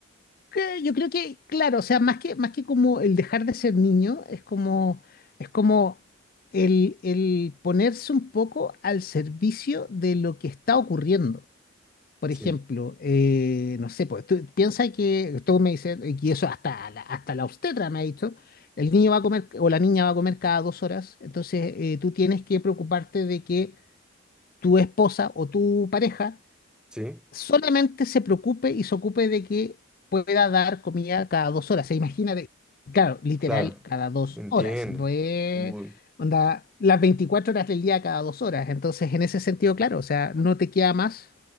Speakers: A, on the left; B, in the centre.
A: Que Yo creo que, claro, o sea, más que, más que como el dejar de ser niño, es como, es como el, el ponerse un poco al servicio de lo que está ocurriendo. Por
B: Sí,
A: ejemplo, eh, no sé, pues tú piensa que, tú me dices, y eso hasta la, hasta la obstetra me ha dicho, el niño va a comer o la niña va a comer cada dos horas, entonces eh, tú tienes que preocuparte de que tu esposa o tu pareja
B: sí,
A: solamente se preocupe y se ocupe de que pueda dar comida cada dos horas. Se imagina de, claro, literal,
B: claro,
A: cada dos
B: entiendo.
A: horas. No es,
B: Uy,
A: onda, las 24 horas del día cada dos horas. Entonces, en ese sentido, claro, o sea, no te queda más,